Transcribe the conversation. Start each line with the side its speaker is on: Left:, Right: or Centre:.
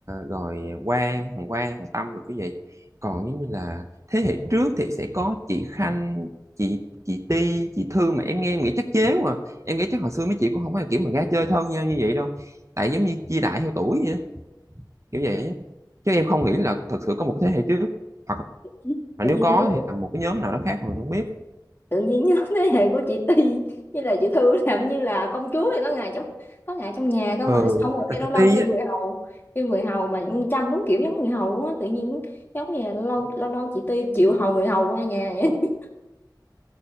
Right: rồi Quang Hoàng Quang Hoàng Tâm rồi cái vậy còn giống như là thế hệ trước thì sẽ có chị Khanh chị chị Ti chị Thư mà em nghe em nghĩ chắc chế mà em nghĩ chắc hồi xưa mấy chị cũng không phải là kiểu mà ra chơi thân nhau như vậy đâu tại giống như chia đại theo tuổi vậy á, kiểu vậy á. chứ em không nghĩ là thật sự có một thế hệ trước hoặc
Left: <laughs>
Right: mà
Left: tự
Right: nếu
Left: nhiên
Right: có
Left: tôi nhớ,
Right: thì là một cái nhóm nào đó khác mà mình không biết
Left: tự nhiên nhớ <laughs> thế hệ của chị Ti như là chị Thư làm như là công chúa vậy đó ngày trong có ngày trong nhà cơ
Right: ừ
Left: mà xong rồi
Right: nhất là
Left: cái lâu
Right: chị
Left: lâu
Right: Ti
Left: kêu
Right: á
Left: người hầu kêu người hầu mà chăm đúng kiểu giống người hầu luôn á tự nhiên giống như là lâu lâu lâu chị Ti chịu hầu người hầu qua nhà vậy